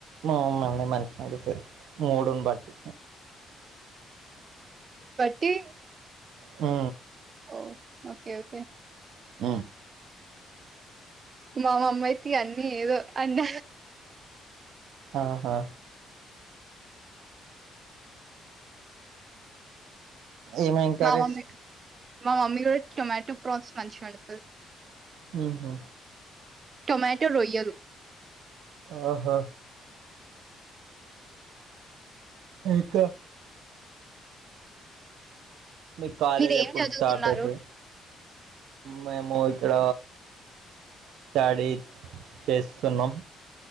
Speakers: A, on the right; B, on the right.
A: ఆ మా మమ్మి మంచిగా అండుతది మూడుని బట్టి.
B: ఏ.
A: ఆ.
B: ఓ ఓకే ఓకే.
A: ఆ.
B: మామమ్మ ఇగ అయితే అన్నీ ఏదో అన్న.
A: ఆహా. ఏమేమే కర్రీస్.
B: మా మమ్మీ మా మమ్మీ ఇ రోజ్ టొమాటో ప్రాస్ మంచిగ అండుతాది.
A: హ హ.
B: టొమాటో రొయ్యలు.
A: ఆహా. మరి ఇకా. మీక్ కాలేజ్
B: మీరేం
A: ఎప్పుడు
B: చదువుతున్నారు
A: స్టార్ట్ అయితది. మేము ఇక్కడ. స్టడీ చేస్తున్నాం.